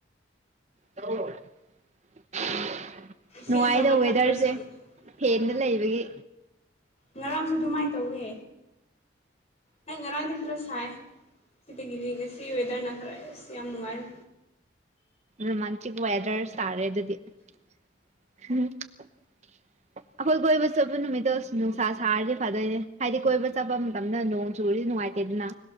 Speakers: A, on the right (about 35°); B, on the left (about 35°).
A: ꯍ <unintelligible>
B: ꯏꯁꯤꯡ
A: ꯅꯨꯡꯉꯥꯏꯗ
B: ꯑꯁꯥꯕ
A: ꯋꯦꯗ꯭ꯔꯁꯦ
B: ꯊꯛꯇ꯭ꯔꯁꯨ ꯑꯥ
A: ꯐ‌ꯦꯟꯗ ꯂꯩꯕꯒꯤ
B: ꯉꯔꯥꯡꯁꯨ ꯑꯗꯨꯃꯥꯏꯅ ꯇꯧꯋꯦ ꯍꯣꯏ ꯉꯔꯥꯡꯗꯤ ꯈꯔ ꯁꯥꯏ ꯁꯤꯇꯒꯤꯔꯤꯒꯁꯤ ꯋꯦꯗꯔꯅ ꯈꯔ ꯑꯁ ꯌꯥꯝ ꯅꯨꯡꯉꯥꯏꯔꯦ
A: ꯔꯣꯃꯥꯟꯇꯤꯛ ꯋꯦꯗꯔ ꯁꯥꯔꯦ ꯑꯗꯨꯗꯤ ꯑꯩꯈꯣꯏ ꯀꯣꯏꯕ ꯆꯠꯄ ꯅꯨꯃꯤꯠꯇꯣ ꯅꯨꯡꯁꯥ ꯁꯥꯔꯗꯤ ꯐꯥꯗꯣꯏꯅꯦ ꯍꯥꯏꯗꯤ ꯀꯣꯏꯕ ꯆꯠꯄ ꯃꯇꯝꯗ ꯅꯣꯡ ꯆꯨꯔꯤꯗꯤ ꯅꯨꯡꯉꯥꯏꯇꯦ ꯇꯤꯟꯅ